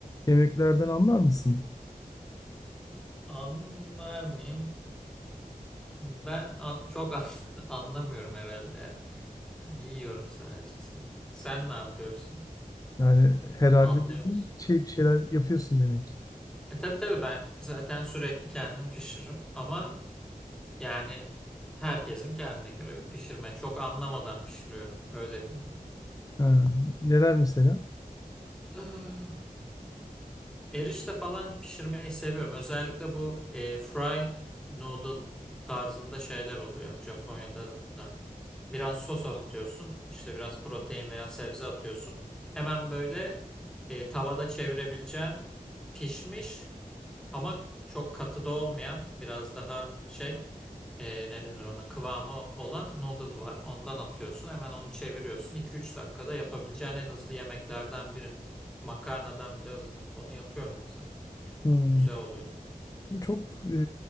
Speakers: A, on the left (about 25°); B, in the centre.
A: Yemeklerden anlar mısın?
B: Anlar mıyım? Ben an- çok an- <laughs> anlamıyorum herhalde ya. Ben yiyorum sadece sen. Sen ne yapıyorsun?
A: Yani herhalde
B: Anlıyor
A: dediğin
B: musun sen?
A: şey bir şeyler yapıyorsun demek.
B: E tabii tabii ben zaten sürekli kendim pişiririm ama yani herkesin kendine göre bir pişirme. Çok anlamadan pişiriyorum. Öyle diyeyim.
A: Ha, neler mesela?
B: yani. Eh, <sighs> Erişte falan pişirmeyi seviyorum. Özellikle bu eh, fry noodle tarzında şeyler oluyor Japonya'da da. Biraz sos atıyorsun. işte biraz protein veya sebze atıyorsun. Hemen böyle e, tavada çevirebileceğin pişmiş ama çok katı da olmayan biraz daha şey e, ne denir ona kıvamı olan noodle var. Ondan atıyorsun. Hemen onu çeviriyorsun. iki üç dakikada yapabileceğin en hızlı yemeklerden biri. Makarnadan bile hızlı. Onu yapıyorum mesela.
A: Hmm.
B: Güzel oluyor.
A: E, çok e,